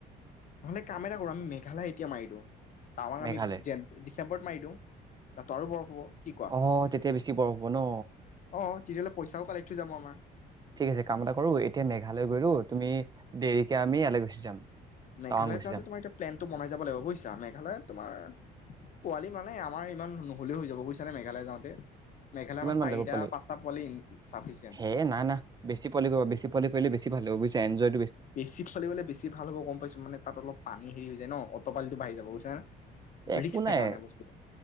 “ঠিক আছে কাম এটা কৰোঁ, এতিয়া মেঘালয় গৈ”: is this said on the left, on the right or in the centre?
Right